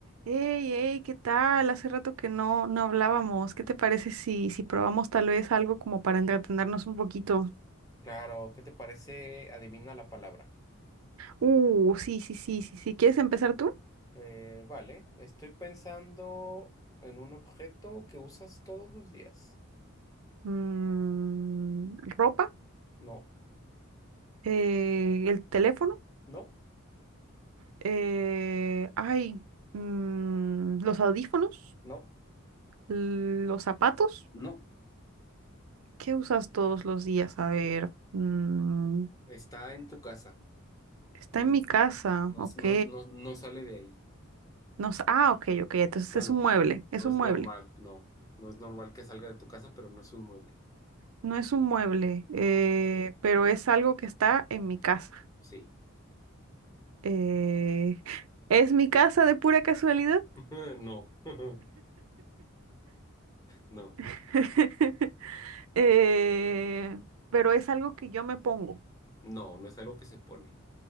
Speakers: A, on the right; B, on the left.
A: Hey, hey, ¿qué tal? Hace rato que no, no hablábamos. ¿Qué te parece si, si probamos tal vez algo como para entretenernos un poquito?
B: Claro, ¿qué te parece? Adivina la palabra.
A: Uh, sí, sí, sí, sí, sí. ¿Quieres empezar tú?
B: Eh, vale, estoy pensando en un objeto que usas todos los días.
A: Mm, ropa,
B: No,
A: eh, el teléfono,
B: no,
A: eh, ay, mm, los audífonos,
B: no,
A: los zapatos.
B: no.
A: ¿Qué usas todos los días? A ver, mm,
B: Está en tu casa.
A: está
B: Mm,
A: en mi casa,
B: No,
A: ok.
B: s- no, no, no sale de ahí.
A: No, s- ah, ok, ok. Entonces
B: Bueno,
A: es un mueble, es
B: no
A: un
B: es normal,
A: mueble.
B: no. No es normal que salga de tu casa, pero no es un mueble.
A: No es un mueble,
B: Ajá,
A: eh, pero es algo que está en mi casa.
B: sí.
A: Eh, <laughs> ¿es mi casa de pura casualidad?
B: <laughs> No. <laughs> No,
A: <laughs> Eh, pero es algo que yo me pongo.
B: no, no es algo que se pone.